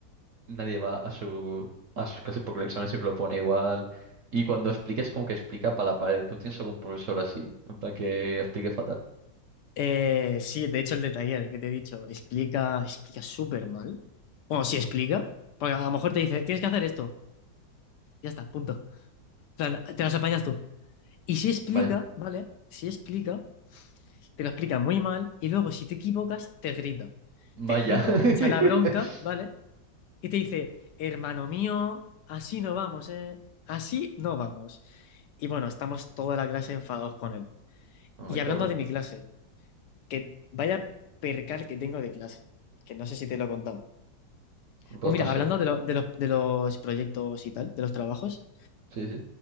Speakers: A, on the right; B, on the left.
A: nadie va a su, a sus clases porque el examen siempre lo pone igual. Y cuando explica es como que explica para la pared. ¿Tú tienes algún profesor así? En plan, que explique fatal.
B: Eh, sí, de hecho, el de taller que te he dicho explica, explica súper mal. Bueno, sí explica. Porque a lo mejor te dice, tienes que hacer esto. Ya está, punto. En plan, te las apañas tú. Y si explica,
A: Vaya.
B: ¿vale? si explica, te lo explica muy mal y luego si te equivocas, te grita.
A: Vaya.
B: Te grita, te echa la bronca,
A: <laughs>
B: ¿vale? Y te dice, hermano mío, así no vamos, ¿eh? Así no vamos. Y bueno, estamos toda la clase enfadados con él.
A: No
B: Y
A: me cabrón.
B: hablando de mi clase, que vaya percal que tengo de clase, que no sé si te lo he contado.
A: Pues
B: Pues mira,
A: no sé.
B: hablando de, lo- de los, de los proyectos y tal, de los trabajos,
A: Sí, sí.